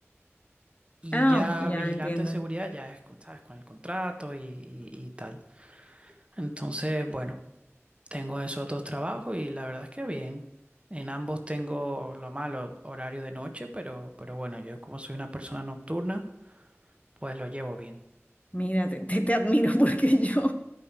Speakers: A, on the right; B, on the left.
A: Y
B: Ah,
A: ya
B: ok, ya
A: vigilante
B: entiendo.
A: de seguridad ya es, con- ¿sabes? Con el contrato y, y- y tal. Entonces, bueno, tengo esos dos trabajos y la verdad es que bien. En ambos tengo lo malo, horario de noche, pero, pero bueno, yo como soy una persona nocturna, pues lo llevo bien.
B: Mira, te, te- te admiro <laughs> porque yo,